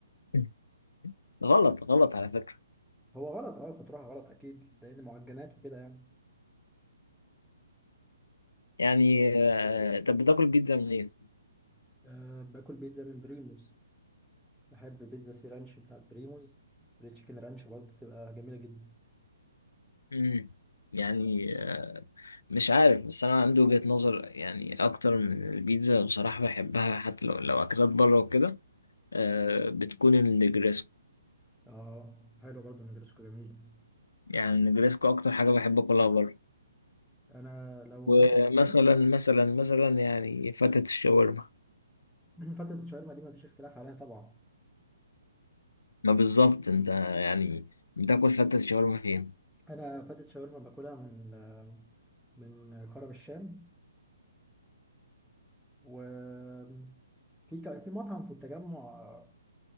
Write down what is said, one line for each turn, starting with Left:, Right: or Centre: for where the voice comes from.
Left: <laughs> غلط غلط على فكره
Centre: هو غلط اه كنت رايحة غلط اكيد لان معجنات وكده يعني
Left: يعني آه، طب بتاكل بيتزا منين؟
Centre: أه باكل بيتزا من بريموز بحب بيتزا سي رانش بتاعت بريموز والتشيكن رانش برضه بتبقى جميلة جدا
Left: <laughs> امم يعني آه، مش عارف بس انا عندي وجهة نظر يعني اكتر من البيتزا بصراحة بحبها حتى لو لو اكلات بره وكده آه بتكون النجريسكو
Centre: اه حلو برضه النجرسكو جميل
Left: يعني النجريسكو اكتر حاجة بحب اكلها بره
Centre: انا لو
Left: ومثلا
Centre: هاكل <clears throat>
Left: مثلا مثلا يعني فتة الشاورما
Centre: فتة الشاورما دي مفيش اختلاف عليها طبعا
Left: ما بالظبط انت يعني بتاكل فتة الشاورما فين
Centre: انا فتة شاورما باكلها من آه، من كرم الشام و في ك- في مطعم في التجمع آه،